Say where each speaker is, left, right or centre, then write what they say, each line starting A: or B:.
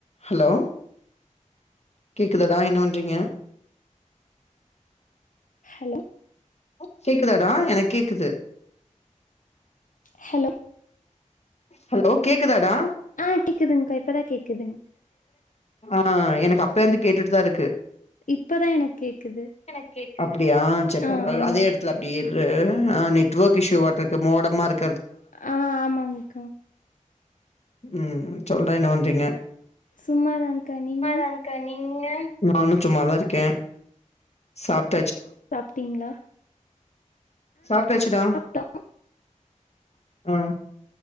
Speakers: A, on the left; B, on the left.
A: Hello கேக்குதடா என்ன பண்றீங்க
B: ஹலோ
A: <inaudible> கேக்குதாடா எனக்கு கேக்குது
B: ஹலோ
A: ஹலோ கேக்குதாடா
B: ஆ கேக்குதுங்க இப்பதா கேக்குது
A: ஆ எனக்கு அப்ப வந்து கேட்டுட்டுதா இருக்கு
B: இப்பதா எனக்கு கேக்குது
A: எனக் கேக்குது அப்பிடியா சேரி
B: ஆ
A: பரவால்ல
B: ஆமாங்க்கா
A: அதே எடத்துல அப்பிடி இரு ஆ நெட்வொர்க் இஷூ ஆட்டு இருக்கு மோட ம்மா இருக்
B: ஆ ஆமாங்கா
A: ம் சொல்ற என்ன பண்றீங்க
B: சும்மாதாங்க்கா நீங்க
A: சும்மா தாங்கா நீங் நீங்க நானு சும்மாதா இருக்கே சாப்
B: சாப்பிடீங்களா
A: சாப்பிட்டாச்சிடா
B: சாப்ட்டோம்.
A: ஆ